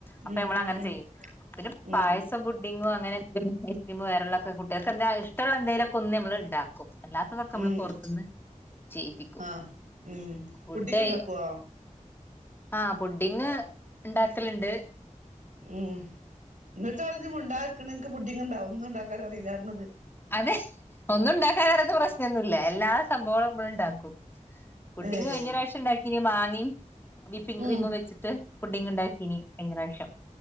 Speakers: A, on the left (about 15°); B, on the right (about 75°).
A: അപ്പൊ
B: ഉം
A: നമ്മള്
B: ഉം
A: അങ്ങനെ
B: ഉം
A: ചെയ്യും പിന്നെ
B: ഉം
A: പായസം
B: ഉം
A: പുഡിങ്ങും അങ്ങനെ <unintelligible> ഐസ്ക്രീമും വേറെള്ളക്കെ കുട്ട്യേള്ക്ക് എന്താ ഇഷ്ടള്ള എന്തേലൊക്കൊന്ന് നമ്മള് ഇണ്ടാക്കും അല്ലാത്തതൊക്കെ നമ്മള്
B: ഉം
A: പൊറത്ത്ന്ന് ചെയ്യിപ്പിക്കും
B: ആഹ് ഉം
A: ഫുഡ്
B: പുഡിങ് ഉണ്ടാക്കുവോ
A: ആഹ് പുഡ്ഢിങ്ങ് ഇണ്ടാക്കല്ണ്ട്
B: ആഹ് ഇന്നെട്ടാണ് ഇജ്ജ് മുണ്ടാതക്ക്ണ് ഇൻക്ക് പുഡ്ഢിങ്ണ്ടാവും ണ്ടാക്കാനറീലറഞ്ഞത്
A: അതെ ഒന്നും ഇണ്ടാക്കാനറിയാത്ത പ്രശ്നൊന്നുല്ല എല്ലാ സംഭവങ്ങളും നമ്മള് ഇണ്ടാക്കും പുഡിങ്
B: ഏയ്
A: കഴിഞ്ഞറാശ്യം ഇണ്ടാക്കീനി മാങ്ങിം വിപ്പിംഗ്
B: ഉം
A: ക്രീം വെച്ചിട്ട് പുഡിങ് ഇണ്ടാക്കീനി കഴിഞ്ഞ പ്രാവശ്യം